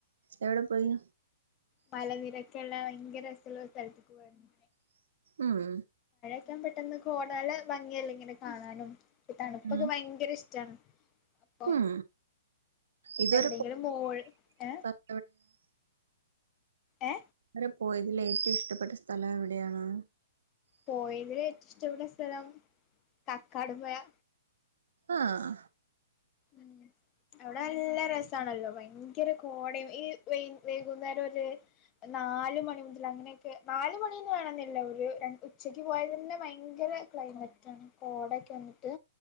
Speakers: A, on the right; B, on the left.
A: എവിടെ പോയി
B: മല നിരക്കെള്ള ഭയങ്കര രസള്ള ഒരു സ്ഥലത്തിക്ക് പോയേർന്നു.
A: ഉം.
B: ക്കം പെട്ടെന്ന് കോടാല ഭംഗിയല്ലേ ഇങ്ങനെ കാണാനും. തണുപ്പൊക്കെ
A: ഉം
B: ഭയങ്കര ഇഷ് റ്റാണ്. അപ്പൊ
A: ഉം ഇതുവരെ
B: എവിടെങ്കിലും
A: പോയ
B: മോൾ ഏ
A: സ്ഥലം
B: ഏ
A: തുവരെ പോയതില് ഏറ്റവും ഇഷ്ടപ്പെട്ട സ്ഥലം എവിടെയാണ്.
B: പോയതിൽ ഏറ്റവും ഇഷ്ടപ്പെട്ട സ്ഥലം കക്കാട് പൊയാ.
A: ആഹ്
B: ഉം അവിടെ നല്ല രസാണല്ലോ ഭയങ്കര കോടേം ഈ വയ് വൈകുന്നേരം ഒര് നാല് മണി മുതൽ അങ്ങനൊക്കെ നാല് മണിന്ന് വേണെന്നില്ല ഒരു രണ്ട് ഉച്ചക്ക് പോയതന്നെ ഭയങ്കര ക്ലൈമറ്റാണ്. കോടക്കെ വന്നിട്ട്